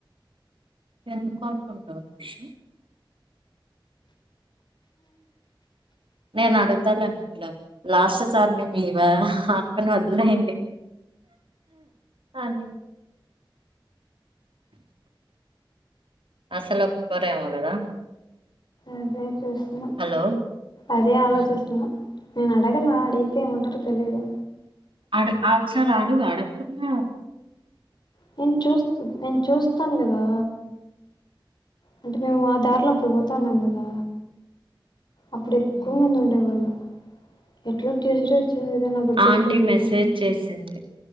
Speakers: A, on the right (about 80°); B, on the left (about 60°).
A: ఎందుకు అనుకుంటారు విష్ణు నేను అడుగుతానుని ఇలా లాస్ట్ సార్ని మీ అక్కను వదిలేయండి అని అసలు ఒప్పుకోరేమో కదా
B: అదే చూస్తున్నా
A: హలో
B: అదే ఆలోచిస్తున్నా
A: ఉమ్.
B: నేను అడగల అడిగితే ఏమంటారు తెలిదు
A: ఆడు ఔట్సైడ్ రాడు వాడే ఉన్నా
B: నేను చూస్తూ నేను చూస్ వస్తాను కదా అంటే మేము ఆ దారిలో అప్పుడు పో తను ఉందిగా అప్పుడు ఎక్కువ
A: ఉమ్.
B: మంది ఉండేవాళ్ళు ఎట్లా ట్యూస్డే వచ్చింది కదా నా బర్డేకి
A: ఆంటీ
B: పోదామా
A: మెసేజ్ చేసింది